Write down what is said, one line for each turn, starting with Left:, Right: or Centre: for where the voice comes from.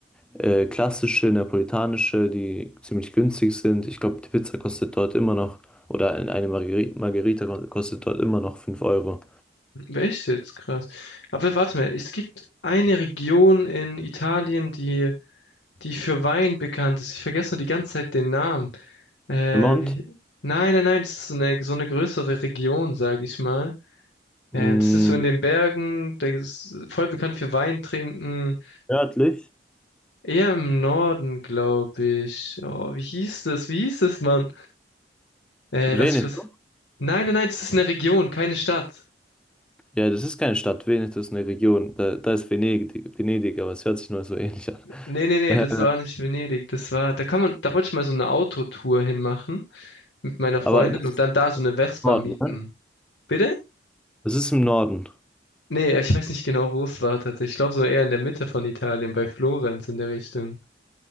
Centre: äh, klassische, neapolitanische, die ziemlich günstig sind. Ich glaube, die Pizza kostet dort immer noch, oder ein- eine Margeri- Margherita ko- kostet dort immer noch fünf Euro.
Left: Echt jetzt? Krass. Aber warte mal, es gibt eine Region in Italien, die, die für Wein bekannt ist. Ich vergesse nur die ganze Zeit den Namen. Äh,
Centre: Piemont,
Left: wie, nein, nein, nein, das ist so eine, so eine größere Region, sage ich mal. Äh,
Centre: mh,
Left: das ist so in den Bergen, da ist voll bekannt für Wein trinken.
Centre: nördlich.
Left: Eher im Norden, glaube ich. Oh, wie hieß das? Wie hieß das, Mann? Äh, lass
Centre: Veneto?
Left: ich kurz. Nein, nein, nein, das ist eine Region, keine Stadt.
Centre: Ja, das ist keine Stadt. Veneto ist eine Region. Da, da ist Venedig, Venedig, aber es hört sich nur so ähnlich an. <laughs>
Left: Nee, nee, nee,
Centre: Äh,
Left: das war nicht Venedig. Das war, da kann man, da wollte ich mal so eine Autotour hinmachen mit meiner
Centre: aber
Left: Freundin
Centre: das ist
Left: und dann da so
Centre: im
Left: eine Vespa
Centre: Norden,
Left: mieten.
Centre: ne?
Left: Bitte?
Centre: Das ist im Norden.
Left: Nee, ich weiß nicht genau, wo es war tatsächlich. Ich glaube, so eher in der Mitte von Italien, bei Florenz in der Richtung.